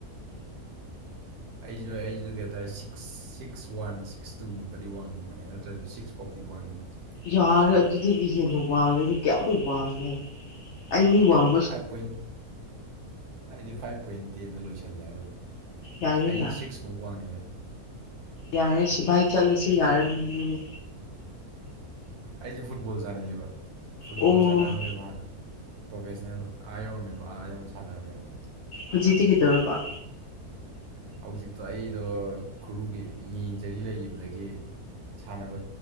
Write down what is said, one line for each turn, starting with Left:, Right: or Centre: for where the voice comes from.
Right: ꯑꯩꯁꯨ ꯑꯩꯁꯨ ꯀꯩ ꯍꯥꯏꯇꯥꯔꯦ six six one six two ꯃꯨꯛꯀꯗꯤ ꯋꯥꯡꯅꯤꯡꯕꯅꯦ ꯅꯠꯇ꯭ꯔꯁꯨ ꯁꯤꯛꯁ ꯐꯥꯎꯗꯤ ꯋꯥꯡꯅꯤꯡꯕꯅꯤ
Left: ꯌꯥꯔꯦ ꯑꯗꯨꯗꯒꯤ ꯍꯦꯟꯅ ꯋꯥꯡꯉꯦꯗ ꯀꯌꯥꯃꯨꯛ ꯋꯥꯡꯒꯦꯕ ꯑꯩ ꯃꯤ ꯋꯥꯡ
Right: ꯐꯥꯏꯚ ꯄꯣꯏꯟ ꯍꯥꯏꯗꯤ ꯐꯥꯏꯚ ꯄꯣꯏꯟ ꯇꯦꯟꯗ ꯂꯣꯏꯁꯤꯜꯂꯦ ꯍꯥꯏꯕ ꯑꯗꯨꯝ
Left: ꯌꯥꯔꯦꯅ
Right: ꯑꯩꯗꯤ ꯁꯤꯛꯁꯃꯨꯛ ꯋꯥꯡꯅꯤꯉ‌ꯦꯕ
Left: ꯌꯥꯔꯦ ꯁꯤꯚꯥꯏ ꯆꯠꯂꯁꯨ ꯌꯥꯔꯅꯤ ꯑꯗꯨꯗꯤ
Right: ꯑꯩꯁꯦ ꯐꯨꯠꯕꯣꯜ ꯁꯥꯟꯅꯩꯌꯦꯕ ꯐꯨꯠꯕꯣꯜ
Left: ꯑꯣ
Right: ꯁꯥꯟꯅꯔꯝꯃꯦꯕ ꯍꯥꯟꯅ ꯄ꯭ꯔꯣꯐꯦꯁꯅꯦꯜ ꯑꯥ ꯌꯧꯔꯝꯃꯦꯕ ꯑꯥ ꯌꯧꯅ ꯁꯥꯟꯅꯔꯝꯃꯦꯕ
Left: ꯍꯧꯖꯤꯛꯇꯤ ꯀꯩꯗꯧꯔꯕ
Right: ꯍꯧꯖꯤꯛꯇꯣ ꯑꯩꯗꯣ ꯈꯨꯔꯨꯒꯤ ꯅꯤ ꯏꯟꯖꯔꯤ ꯂꯩꯒꯤꯕꯗꯒꯤ ꯁꯥꯟꯅꯕ